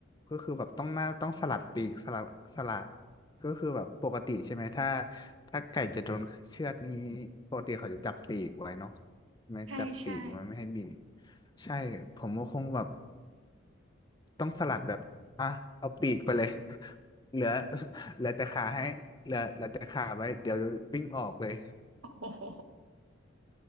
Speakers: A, on the left; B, on the right.
A: ก็คือแบบต้องมนาต้องสลัดปีกสลัดสลัดก็คือแบบปกติใช่ไหมถ้าถ้าไก่จะโดนเชือดนี้ปกติเขาจะจับปีกไว้เนาะไม่จับปีกไว้ไม่ให้บิน
B: ใช่ใช่
A: ใช่ผมก็คงแบบต้องสลัดแบบอ่ะเอาปีกไปเลย <laughs> เหลือเหลือแต่ขาให้เหลือเหลือแต่ขาไว้เดี๋ยววิ่งออกเลย
B: โอ้โห